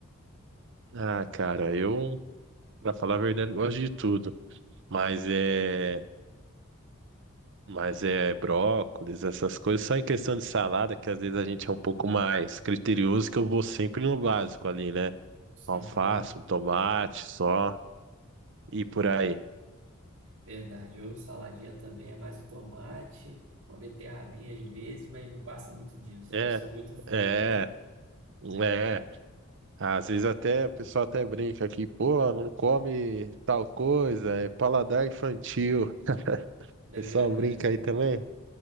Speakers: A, on the right (about 55°); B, on the right (about 75°).
A: Ah, cara, eu, pra falar a verdade, gosto de tudo. Mas é. Mas é brócolis, essas coisas. Só em questão de salada, que às vezes a gente é um pouco mais criterioso, que eu vou sempre no básico ali, né? Alface,
B: Aham,
A: um tomate só. E por aí.
B: verdade. Ou saladinha também é mais o tomate, uma beterrabinha às vezes, mas não passa muito disso.
A: É,
B: Não sou muito fã.
A: é, é. Ah, Às vezes até o pessoal até brinca aqui, pô, não come tal coisa, é paladar infantil. O
B: É
A: pessoal
B: verdade,
A: brinca
B: cara.
A: aí também?